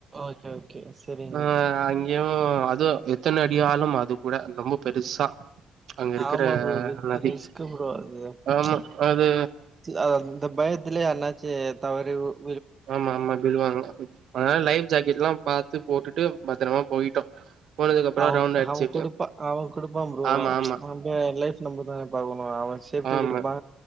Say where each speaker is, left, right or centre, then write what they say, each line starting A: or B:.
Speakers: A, on the right (about 35°); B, on the right (about 70°).
A: ஓகே ஓகே சரிங்க
B: ஆ
A: ப்ரோ
B: அங்கியு உ அதுவு எத்தன அடி ஆளம் அது கூட ரொம்ப பெருசா அங்க இருக்கிற
A: ஆமா ப்ரோ ரித்து
B: நதி
A: ரிஸ்க்கு ப்ரோ அது
B: ஆமா
A: ச்ச
B: அது
A: அது அந்த பய திலே அண்ணாச்சி தவறி உ
B: ஆமா ஆமா விழுவாங்க அதனால லைஃப் ஜாக்கெட் எல்லாம் பாத்து போட்டுட்டு பத்திரமா போயிட்டோ போனதுக்கு அப்புறோ
A: அவ
B: ரவுண்ட் அடிச்சுட்டு
A: அவன் கொடுப்பா அவன் கொடுப்பா ப்ரோ
B: ஆமா ஆமா
A: நம்ம லைஃப் நம்மதான பாக்கணும் அவன் சேப்டி
B: ஆமா
A: கொடுப்பா